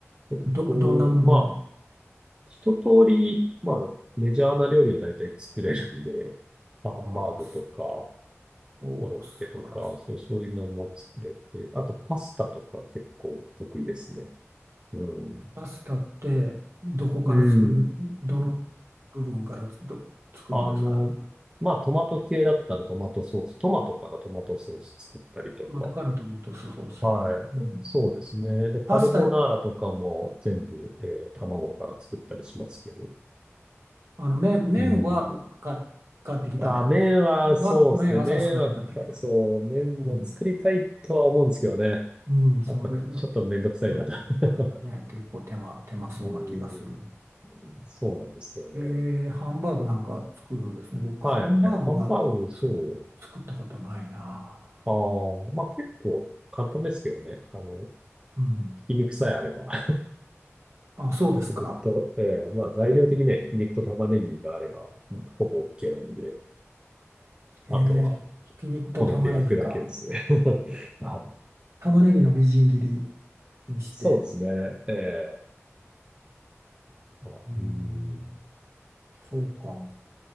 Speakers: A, on the right; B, on the right.
A: 結構、
B: ど、どんなものを。
A: まあ、一通り、まあ、メジャーな料理は大体作れるんで、<laughs> ハンバーグとか、
B: ああ、お、
A: コロッケとか、
B: 素晴らし
A: そう、そういうのも作れて、あとパスタとか結構得意ですね。うん。
B: い。パスタってどこから作る、
A: うん。
B: どの部分からつど作るんですか
A: あの、まあ、トマト系だったらトマトソース、トマトからトマトソース作ったりと
B: トマトからトマトソース。
A: か、はい、
B: うん
A: そうですね。で、カルボナーラとかも全部、
B: パスタ、
A: えー卵から作ったりしますけど。
B: あの麺、麺は買っ、
A: うん。
B: 買ってきた麺
A: あ、麺はそうですね。
B: は、麺はさすがに買ってきた。
A: 麺はか、そう、麺も作りたいとは思うんですけどね。
B: うん。うん、それは、
A: やっぱちょっとめんどくさいなと。
B: うん、
A: <laughs>
B: それはね、結構手間、手間そうな気がする。
A: うん、そうなんですよね。
B: えー、ハンバーグなんか作るんですね。僕、
A: はい。
B: ハンバーグは
A: ハンバーグにしよ
B: つ作ったことないな。
A: う。ああ、まあ結構簡単ですけどね。あの、
B: うん。
A: ひき肉さえあれば、<laughs>
B: あ、そうですか。
A: ひき肉と、ええまあ材料的にはひき肉と玉ねぎがあれば、ほぼ OK なんで、あとは
B: えー、ひき肉と玉ねぎか。
A: こねて焼くだけですね。<laughs> あ、
B: 玉ねぎのみじん切りにして。
A: そうですね。ええあ、
B: うーん、
A: うん。
B: そうか。